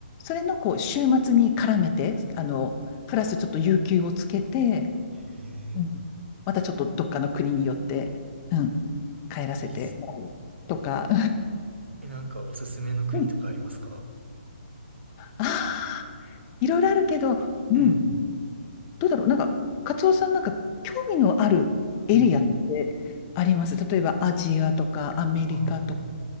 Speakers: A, on the left (about 25°); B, on the right (about 85°).
A: それのこう週末に絡めて、あの、プラスちょっと有給をつけて、
B: へえ。
A: うんまたちょっとどっかの国によって、うん、帰らせてもらうとか、
B: あ、いいっすね。え、なんかおすすめの国とかありますか
A: うんああ、いろいろあるけど、うん、
B: うん、
A: どうだろう、なんか、カツオさんなんか興味のあるエリアってあります例えばアジアとかアメリカとか
B: うん。ああ、